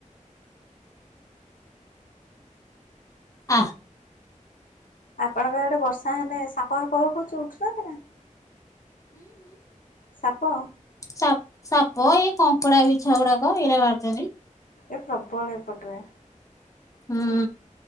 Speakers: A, on the left; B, on the left.
A: ଆ
B: ଆପଣଙ୍କ ଆଡେ ବର୍ଷା ହେଲେ ସାପ ଫାପ ଖୁଛି ଉଠୁଛନ୍ତି ନା? ସାପ?
A: ସା ସାପ, ଏଇ କଙ୍କଡା ବିଛା ଗୁଡାକ ଏଇଟା ବାହାରୁ ଛନ୍ତି।
B: ଏ ପ୍ରବଳ ଏଇପଟରେ।
A: ହୁଁ,